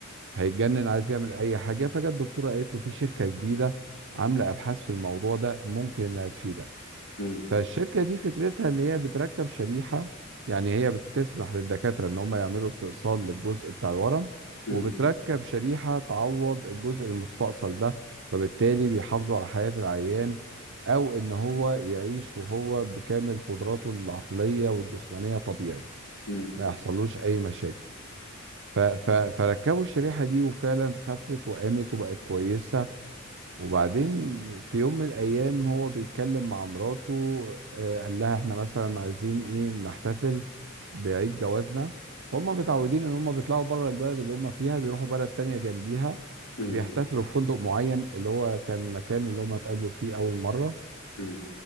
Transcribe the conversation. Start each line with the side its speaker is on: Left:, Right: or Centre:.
Right: هيتجنن عايز يعمل اي حاجه فجت الدكتوره قالت له في شركه جديده عامله ابحاث في الموضوع ده ممكن انها تفيدك
Left: مم.
Right: فالشركه دي فكرتها ان هي بتركب شريحه يعني هي بتسمح للدكاتره ان هم يعملوا استئصال للجزء بتاع الورم
Left: مم.
Right: وبتركب شريحه تعوض الجزء المستأصل ده فبالتالي بيحافظوا على حياه العيان او ان هو يعيش وهو بكامل قدراته العقليه والجسمانيه طبيعي
Left: مم.
Right: ما يحصلوش اي مشاكل ف- ف- فركبوا الشريحة دي وفعلا خفت وقامت وبقت كويسة وبعدين في يوم من الأيام هو بيتكلم مع مراته آه، قال لها احنا مثلا عايزين ايه نحتفل بعيد جوازنا هم متعودين ان هم بيطلعوا بره البلد اللي هم فيها بيروحوا بلد تانية جنبيها
Left: مم.
Right: بيحتفلوا في فندق معين اللي هو كان مكان اللي هم اتقابلوا فيه أول مرة
Left: مم.